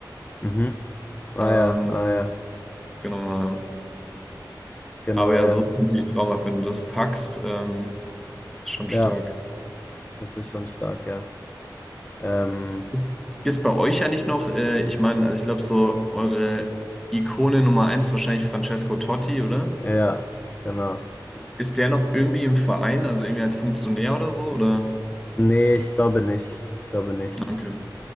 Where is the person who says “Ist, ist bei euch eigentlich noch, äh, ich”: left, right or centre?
Centre